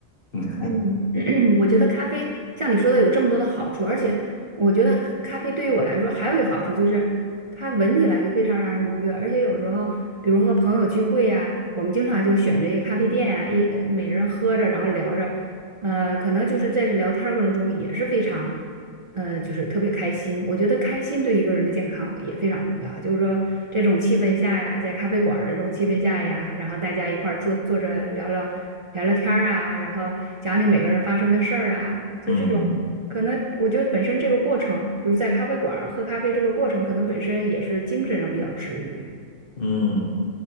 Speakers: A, on the left; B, on the right.
A: 嗯
B: 嗯，<clears throat> 我觉得咖啡像你说的有这么多的好处，而且我觉得咖咖啡对于我来说还有一个好处就是它闻起来就非常让人愉悦，而且有时候比如和朋友聚会呀、我们经常就选着一个咖啡店呀、一呃每人喝着然后聊着，呃，可能就是在这聊天儿过程中也是非常呃，就是特别开心。我觉得开心对一个人的健康也非常重要。就是说，这种气氛下呀，在咖啡馆儿的这种气氛下呀，然后大家一块儿坐坐着聊聊聊聊天儿啊，然后讲讲每个人发生的事儿啊，就这种。
A: 嗯
B: 可能我觉得本身这个过程，就是在咖啡馆儿喝咖啡这个过程，可能本身也是精神上比较治愈。
A: 嗯，